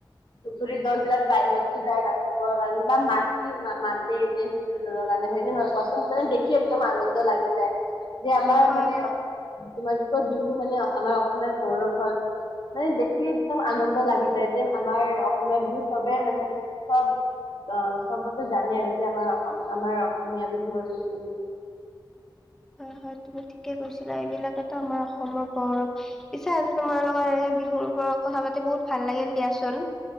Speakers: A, on the left (about 75°); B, in the centre.
A: ধুবুৰীৰ দল বিলাক বাহিৰতো যায়, নাছিবৰ কাৰণে বা মা মা-মাতে যে কাৰণে হয় নহয় কচোন, মানে দেখি একদম আনন্দ লাগি যায়। যে আমাৰ
B: হয়
A: মানে,
B: হয়
A: তোমাৰ কি কয়, বিহু মানে আমাৰ অসমীয়াৰ গৌৰৱ হয়। মানে দেখি একদম আনন্দ লাগি যায় যে, আমাৰ অসমীয়া বিহু চবে মানে চব অ, চবতে জানে আৰু যে, আমাৰ অসম, আমাৰ অসমীয়া বিহুৱা হয় বুলি কিনে।
B: হয়, হয়, তুমি ঠিকে কৈছিলা। এইবিলাকেতো আমাৰ অসমৰ গৌৰৱ। পিছে আজি তোমাৰ লগত এনেকে বিহুৰ ওপৰত কথা পাতি বহুত ভাল লাগিল দিয়াচোন।